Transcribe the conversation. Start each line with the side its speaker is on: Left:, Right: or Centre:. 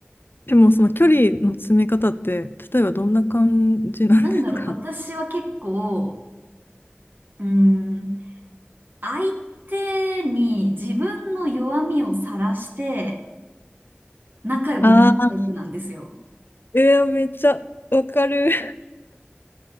Left: でもその距離の詰め方って、例えばどんな感じなんですか
Right: なんだろう、私は結構、うーん、相手に自分の弱みをさらして仲良くなるタイプなんですよ。
Left: あ <laughs> あー、えー、めっちゃわかる。